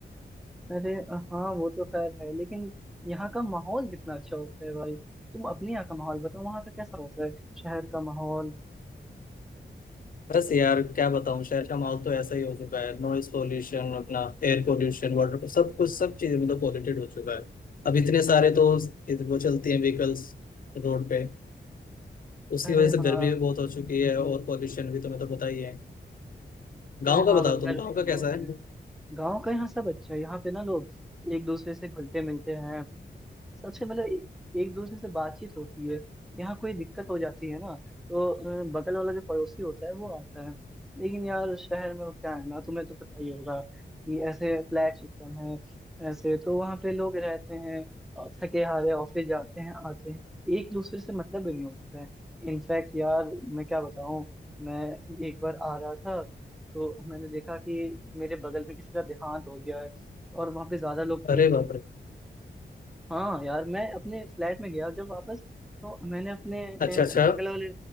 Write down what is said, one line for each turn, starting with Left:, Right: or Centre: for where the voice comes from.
Centre: अरे हाँ वो तो खैर है लेकिन यहाँ का माहौल कितना अच्छा होता है भाई तुम अपने यहाँ का माहौल बताओ वहाँ का कैसा होता है शहर का माहौल
Left: बस यार क्या बताऊँ शहर का माहौल तो ऐसा ही हो चुका है नॉइज पोल्यूशन अपना एयर पोल्यूशन वाटर पोल्यूशन, सब कुछ सब चीजें मतलब पॉल्यूटेड हो चुका है अब इतने सारे तो वो चलती हैं व्हीकल्स रोड पे उसकी
Centre: अरे
Left: वजह से
Centre: हाँ
Left: गर्मी भी बहुत हो चुकी है और पॉल्यूशन भी तुम्हें तो पता ही है गाँव
Centre: अरे हाँ
Left: का बताओ
Centre: भाई
Left: तुम
Centre: गर्मी
Left: गाँव का
Centre: भी
Left: कैसा
Centre: बहुत
Left: है
Centre: है गाँव का यहाँ सब अच्छा है यहाँ पे ना लोग एक दूसरे से घुलते मिलते हैं सबसे मतलब ए- एक दूसरे से बातचीत होती है यहाँ कोई दिक्कत हो जाती है ना तो अ, बगल वाला जो पड़ोसी होता है वो आता है लेकिन यार शहर में वो क्या है ना तुम्हें तो पता ही होगा कि ऐसे फ्लैट सिस्टम है ऐसे तो वहाँ पे लोग रहते हैं और थके हारे ऑफिस जाते हैं आते हैं एक दूसरे से मतलब भी नहीं होता है इनफैक्ट यार मैं क्या बताऊँ मैं एक बार आ रहा था तो मैंने देखा कि मेरे बगल में किसी का देहांत हो गया है और वहाँ पे ज्यादा लोग थे
Left: अरे
Centre: ही नहीं
Left: बाप रे
Centre: हाँ यार मैं अपने फ्लैट में गया जब वापस तो मैंने अपने अ,
Left: अच्छा अच्छा
Centre: बगल वाले